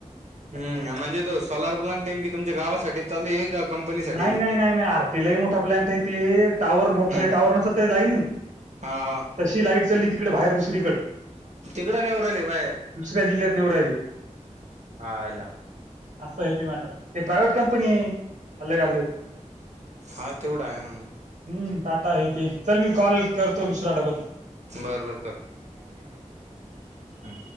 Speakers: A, on the right (about 65°); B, on the right (about 80°).
A: हम् म्हणजे तो सोलार प्लांट नेमकीि तुमच्या गावासाठी चालू आहे कंपनीसाठी
B: नाही
A: ते
B: नाही नाही नाही आरतीलाही मोठा प्लॅंट य ते टावर
A: हम्म
B: मोठाले टावर नसत काही लाईन
A: हा हा
B: तशी लाईट चालली तिकडे बाहेर दुसरीकडे
A: तिकडं नाही उरहिली बाहेर
B: दुसऱ्या जिल्ह्यात राहिली
A: आयला
B: असं आहे ते मॅटर. ते प्रायव्हेट कंपनी आहे अलग अलग.
A: हा तेवढा आहे म्हण.
B: हम् टाटा आहे ते चल मी कॉल करतो दुसराडबल.
A: बरं बर करून.